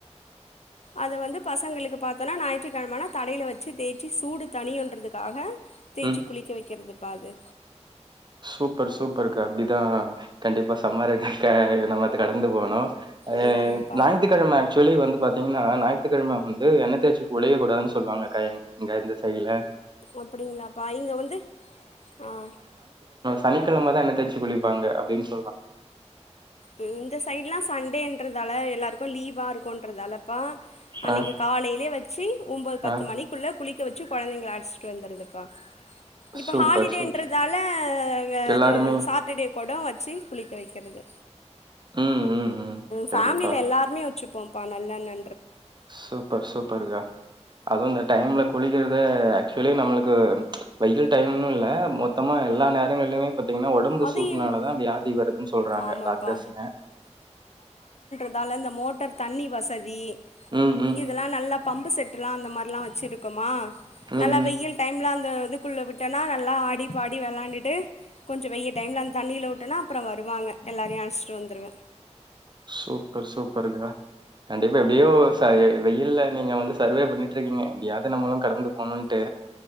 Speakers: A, on the left; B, on the right.
A: அதை வந்து பசங்களுக்கு பாத்தோன்னா ஞாயிற்றுக்கிழமை தலைல வச்சு தேய்ச்சி சூடு தனியுன்றதுக்காக தேய்ச்சி
B: ம்.
A: குளிக்க வைக்கிறது பா அது
B: சூப்பர் சூப்பருக்கா அப்படிதான் கண்டிப்பா சம்மர க்க நம்ம கடந்து போனோம் அஹ்
A: ம் ஆமாப்பா
B: ஞாயிற்றுக்கிழமை ஆக்சுவலி வந்து பாத் தீங்கன்னா ஞாயிற்றுக்கிழமை வந்து எண்ண தேயச்சி குளிக்க கூடாது சொல்லுவாங்க கா இங் இந்த சைடூல
A: அப்டிங்களாப்பா இங்க வந்து ஆஹ்
B: சனிக்கிழமை தான் எண்ண தேச்சு குளிப்பாங்க அப்டின்னு சொ
A: ம் இந்த சைடுல்லா சண்டேன்றதால எல்லோருக்கும் லீவா இருக்கும்ன்றதாலப்பா அன்னைக்கு
B: ஆ
A: காலையிலயே வச்சு ஒன்பது பத்து
B: ஆ
A: மணிக்குள்ள குளிக் கவச்சு கொழந்தைங்கள அழச்ச்சிட்டு வந்துரத்தூபா இப்ப
B: சூப்பர்
A: ஹாலிடேன்றதால
B: சூப் எல்லாருமே
A: அது சாட்டர்டே கூட வச்சு குளிக்க வைக்கிறது
B: ம் ம் ம்
A: ஃபேமிலியில
B: கண்டிப்பா.
A: எல்லாருமே வச்சுப்போம்ப்பா நல்லெண்ண
B: சூப்பர் சூப்பருக்கா அதுவும் இந்த டைம்ல குளிக ஆக்சுவலி நம்மளுக்கு வெயில் டைம் இல்ல மொத்தமா எல்லா நேரங்களிலுமே பாத் பாத்தீங்கன்னா உடம்பு
A: அது
B: சூட்டுனாலதான்
A: எங்
B: வியாதி வருதுன்னு சொல்றாங்க
A: ஆமாப்பா
B: டாக்டர்ஸ்ங்க
A: அதல இந்த மோட்டர் தண்ணி வசதி
B: ம் ம்
A: இதல்லா நல்ல பம்பு செட்டு எலாம் அந்த மாதிராம் வச்சிருக்கோமா
B: ம்
A: நல்லா
B: ம்.
A: வெயில் டைம்ல அந்த குள்ள விட்டனா நல்லா ஆடி பாடி விளாண்டுட்டு கொஞ்சம் வெய்ல் டைம்ல அந்த தண்ணியில உட்டேனா அப்புறம் வருவாங்க எல்லாரையும் அழைச்சிட்டு வந்துடுவே
B: சூப்பர் சூப்பர்கா கண்டிப்பா எப்படியோ ச வெயில்ல நீங்க வந்து சர்வே பண்ணிட்டு இருக்கீங்க எப்படியாவது நம்மளும் கடந்து போகணும்ன்ட்டு